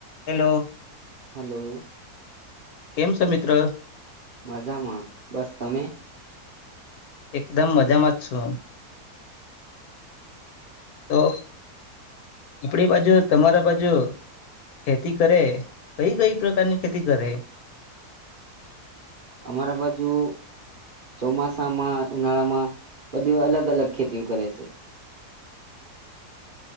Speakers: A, on the left; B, on the right.
A: Hello
B: hello.
A: કેમ છો મિત્ર?
B: મજામાં બસ. તમે?
A: એકદમ મજામાં જ છું. તો આપણી બાજુ તમારા બાજુ ખેતી કરે કઈ કઈ પ્રકારની ખેતી કરે?
B: અમારા બાજુ ચોમાસામાં ઉનાળામાં બધી અલગ અલગ ખેતીઓ કરે સે.